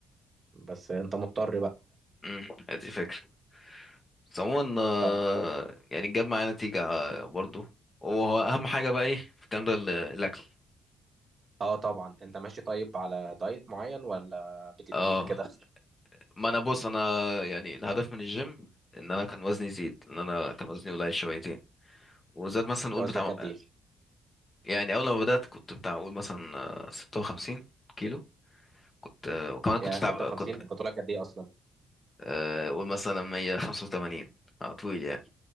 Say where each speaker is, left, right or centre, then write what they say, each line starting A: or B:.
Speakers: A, on the right; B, on the left.
A: بس انت مضطر بقى
B: امم ادي فكرة بس عموما آه،
A: طب
B: يعني جاب معايا نتيجة آه، برضو وهو اهم حاجة بقى ايه في الكلام ده ال- الاكل
A: اه طبعا انت ماشي طيب على دايت معين ولا بتديها
B: اه
A: كده
B: ما انا بص انا يعني الهدف من الجيم ان انا كان وزني يزيد ان انا كان وزني قليل شويتين وزاد مثلا
A: <laughs>
B: نقول
A: وزنك
B: بتاع
A: قد ايه
B: يعني اول ما بدات كنت بتاع اقول مثلا آه، 56 كيلو كنت آه، وكمان كنت
A: يا
B: تعب
A: 56
B: كنت
A: انت طولك قد ايه اصلا
B: آه، اقول مثلا 185 اه طويل يعني